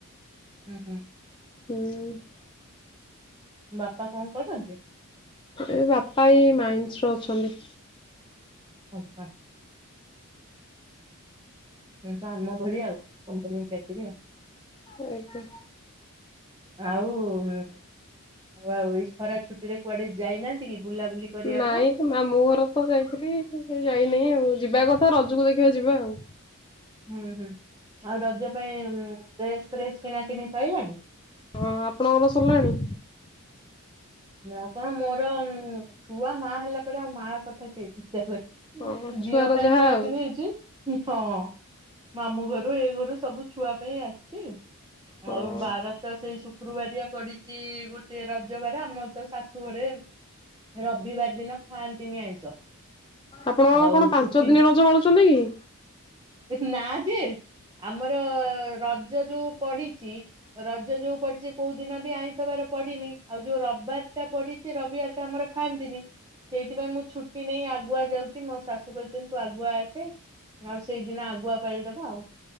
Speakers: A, on the right; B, on the left.
A: ହୁଁ ହୁଁ।
B: ହୁଁ।
A: ବାପା କଣ କରନ୍ତି?
B: ଏ ବାପା ଏଇ ମାଇନ୍ସରେ ଅଛନ୍ତି।
A: ଆଛା। ହୁଁ <unintelligible> ଆମ ଭଳିଆ ଆଉ କମ୍ପାନୀ ଚାକିରି ଆଉ।
B: ଆଜ୍ଞା।
A: ଆଉ ଉମ ଆଉ ଏଇ ଖରା ଛୁଟି ରେ କୁଆଡେ ଯାଇନାଆନ୍ତି କି ବୁଲାବୁଲି କରିବାକୁ?
B: ନାଇଁ ମାମୁଁ ଘର ତ ଯାଇଥିଲି ଯାଇନହିଁ ଆଉ ଯିବା କଥା ରଜକୁ ଦେଖିବା ଯିବା ଆଉ।
A: ହୁଁ ହୁଁ ଆଉ ରଜ ପାଇଁ ଡ୍ରେସ ଫ୍ରେସ୍ କିଣା କିଣି ସଇଲାଣି?
B: ହଁ। ଆପଣଙ୍କର ସରିଲାଣି?
A: ମୁଁ କଣ ମୋର ଛୁଆ ମା ହେଲା ପରେ ଆଉ ମା କଥା କିଏ ଚିନ୍ତା କରେ।
B: ହଁ ଛୁଆର
A: ଝିଅ ପାଇଁ
B: ଯାହା
A: କିଣା
B: ଆଉ
A: କିଣି ହେଇଚି ହଁ ମାମଁ ଘରୁ ଏ ଘରୁ ସବୁ ଛୁଆ ପାଇଁ ଆସିଚି।
B: ହଁ
A: ଆଉ ବାର ତ ସେଇ ଶୁକ୍ରୁବାରିଆ ପଡିଚି ଗୋଟେ ରଜବାର ଆମ ତ ଶାଶୁ ଘରେ ରବିବାର ଦିନ ଖାଆନ୍ତିନି ଆଇଁଷ।
B: ଆପଣ
A: ଆଉ
B: କଣ ପାଞ୍ଚ
A: ଛୁଟି
B: ଦିନି ରଜ ପାଳୁଚନ୍ତି କି?
A: ନା ଯେ ଆମର ରଜ ଯୋଉ ପଡିଚି ରଜ ଯୋଉ ପଡିଚି କୋଉ ଦିନ ବି ଆଇଁଷ ବାର ପଡିନି। ଆଉ ଯୋଉ ରବିବାର ଟା ପଡିଚି ରବିବାର ଟା ଆମର ଖାଆନ୍ତିନି ସେଇଥିପାଇଁ ମୁଁ ଛୁଟି ନେଇ ଆଗୁଆ ଯାଉ ଚି ମୋ ଶାଶୁ କହିଚନ୍ତି ତୁ ଆଗୁଆ ଆସେ ଆଉ ସେଇଦିନ ଆଗୁଆ ପାଳିଦବା ଆଉ